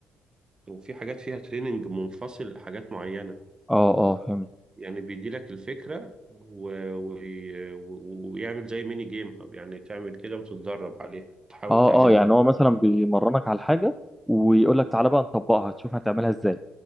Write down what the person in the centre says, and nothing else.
اه اه فهمت
اه
اه يعني هو مثلا بيمرنك على حاجه ويقول لك
تعالى بقى نطبقها تشوف هتعملها ازاي